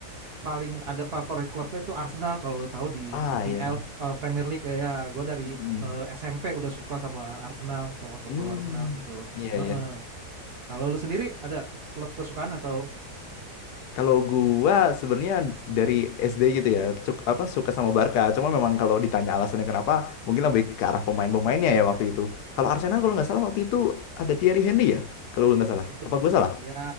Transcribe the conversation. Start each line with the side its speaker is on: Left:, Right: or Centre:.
Right: paling ada favorit klubnya tuh Arsenal. Kalau lu tahu di
Left: Ah,
Right: EPL
Left: iya.
Right: eh, Premier League eh, ya, gua dari
Left: Hmm,
Right: eh, SMP udah suka sama Arsenal, sama klub
Left: Hmm,
Right: bola Arsenal gitu.
Left: iya
Right: Heeh.
Left: iya
Right: Kalau lu sendiri ada klub kesukaan atau
Left: Kalau gua sebenarnya dari SD gitu ya, cuk, apa suka sama Barca. Cuma memang kalau ditanya alasannya kenapa, mungkin lebih ke arah pemain-pemainnya ya waktu itu. Kalau Arsenal kalau nggak salah waktu itu ada Thierry Henry ya, kalau gua nggak salah.
Right: Betul,
Left: Apa gua salah?
Right: ya,